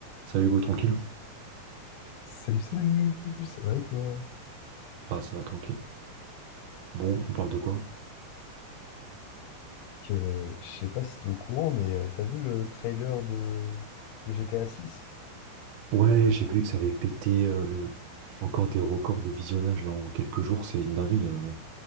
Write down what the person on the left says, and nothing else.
Salut, salut, ça va et toi?
Que, euh, je sais pas si t'es au courant, mais euh, t'as vu le trailer de, de GTA six